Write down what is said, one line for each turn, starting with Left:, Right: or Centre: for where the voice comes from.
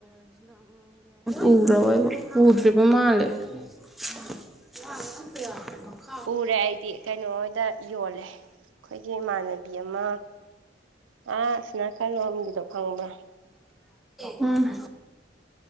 Centre: ꯑꯩꯕꯣ ꯎꯗ꯭ꯔꯤꯕ ꯃꯥꯜꯂꯦ <unintelligible>
Right: ꯎꯔꯦ ꯑꯩꯗꯤ ꯀꯩꯅꯣꯍꯣꯏꯗ ꯌꯣꯜꯂꯦ ꯑꯩꯈꯣꯏꯒꯤ ꯏꯃꯥꯟꯅꯕꯤ ꯑꯃ ꯑꯥ <unintelligible> ꯈꯪꯕ꯭ꯔ
Centre: ꯎꯝ